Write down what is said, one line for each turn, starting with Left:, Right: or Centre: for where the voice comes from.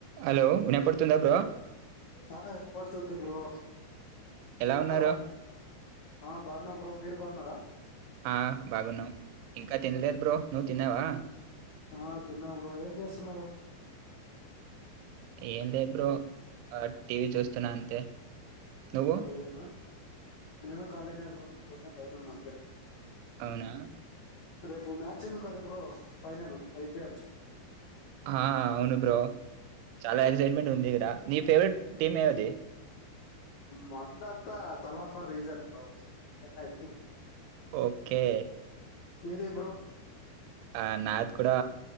Right: Hello విన పడుతుందా bro
Left: అదన్ని పడుతుంది బ్రో
Right: ఎలా
Left: తిన్నారా
Right: ఉన్నారు
Left: ఆ బా బనమ్ మీరు బారున్నారా
Right: ఆ బాగున్నావు ఇంకా తినలేదు బ్రో నువ్వు తిన్నావా
Left: ఆ తిన్నావ్ ఏం చేస్తున్నారు
Right: ఏం లే బ్రో ఆ టీవీ చూస్తున్నా అంతే నువ్వు
Left: కాళీ నే నా నేను ఖాాలినే ఇబ్రన్న బైటున్న అంతే
Right: అవునా
Left: రేపు చిందు కదు బ్రో ఫైనల్ ఐపిఎల్
Right: ఆ, అవును బ్రో చాలా ఎక్సైట్మెంట్ ఉంది ఇక్కడ నీ ఫేవరెట్ టీమ్ ఏవది
Left: మగ్న అంతా తలాఫర్ రీజన్ బ్రో చెన్నై
Right: ఓకే
Left: విదే బ్రో
Right: ఆ నాద్ కూడా